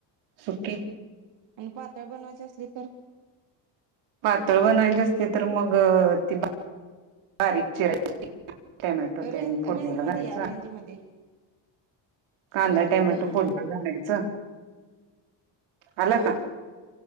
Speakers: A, on the right; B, on the right.
A: सुखी.
B: आणि पातळ बनवायचे असलली तर
A: पातळ बनवायची असली तर मग ती बारीक चिरायची. टोमॅटो
B: रेंज
A: ते फोडणीला
B: रेंज मध्ये
A: घालायचा.
B: या रेंज मध्ये
A: कांदा
B: रेंज
A: टोमॅटो
B: मध्ये या
A: फोडणीला घालायचं. आला
B: हा.
A: का